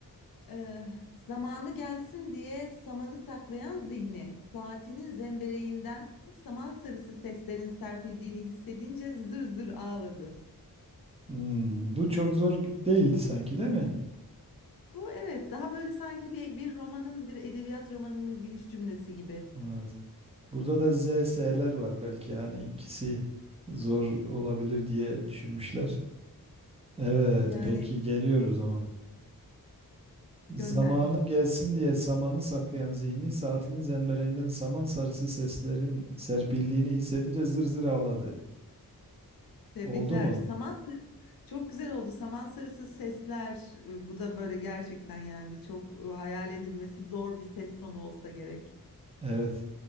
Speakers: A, on the left; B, on the right.
A: Ee, zamanı gelsin diye samanı saklayan zihni, saatinin zembereğinden saman sarısı seslerin serpildiğini hissedince zır zır ağladı.
B: Hmm, bu çok zor değildi sanki değil mi?
A: Bu evet daha böyle sanki bir, bir romanın bir edebiyat romanının giriş cümlesi gibi.
B: Evet. Burada da ZS'ler var belki hani ikisi zor olabilir diye düşünmüşler. Evet,
A: Yani
B: peki geliyor o zaman. Zamanı
A: gönder.
B: gelsin diye samanı saklayan zihni saatinin zembereninden saman sarısı seslerin serpildiğini hissedince zır zır ağladı.
A: Tebrikler.
B: Oldu mu?
A: Saman çok güzel oldu. Saman sarısı sesler e, bu da böyle gerçekten yani çok e, hayal edilmesi zor bir ses tonu olsa gerek.
B: Evet.